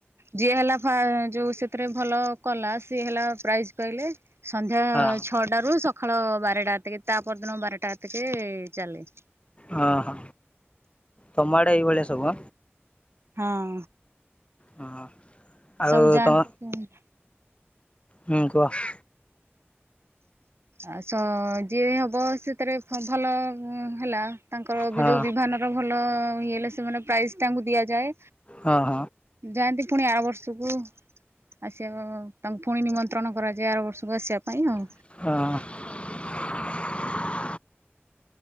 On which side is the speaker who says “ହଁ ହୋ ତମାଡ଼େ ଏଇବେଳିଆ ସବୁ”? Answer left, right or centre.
Left